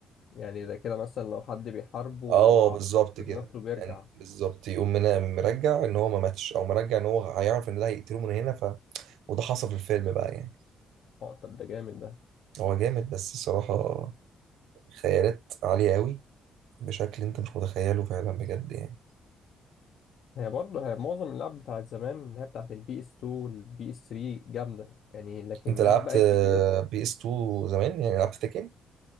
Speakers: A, on the left; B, on the right.
A: يعني ده كده مثلا لو حد بيحاربه وعاوز
B: اه بالظبط كده
A: ينقذ نفسه بيرجع
B: يعني بالظبط يقوم من مرجع ان هو ما ماتش او مرجع ان هو هيعرف ان ده هيقتله من هنا ف وده حصل في الفيلم بقى يعني
A: اه طب ده جامد ده
B: هو جامد بس الصراحه خيالات عاليه قوي بشكل انت مش متخيله فعلا بجد يعني
A: هي برضه هي معظم اللعب بتاعت زمان اللي هي بتاعت البي اس 2 والبي اس 3 جامده يعني لكن
B: انت
A: اللعب
B: لعبت
A: بقى الجديده
B: بي اس 2 زمان يعني لعبت تكن